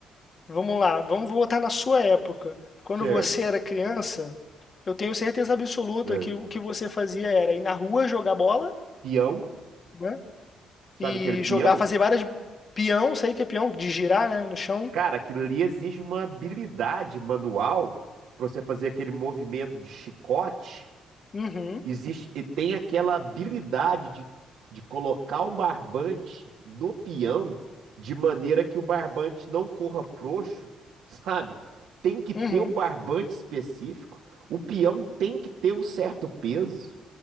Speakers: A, on the left; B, on the right.
A: Vamos lá, vamos voltar na sua época. Quando
B: certo?
A: você era criança, eu tenho certeza absoluta
B: É.
A: que o que você fazia era ir na rua jogar bola,
B: Peão,
A: né?
B: sabe
A: e
B: aquele peão?
A: jogar, fazer várias peão, sei que é peão, de girar, né, no chão.
B: Cara, aquilo ali exige uma habilidade manual para você fazer aquele movimento de chicote
A: Uhum,
B: Existe, e tem aquela habilidade de, de colocar o barbante no peão de maneira que o barbante não corra frouxo, sabe? Tem que
A: uhum,
B: ter o barbante específico, o peão tem que ter um certo peso.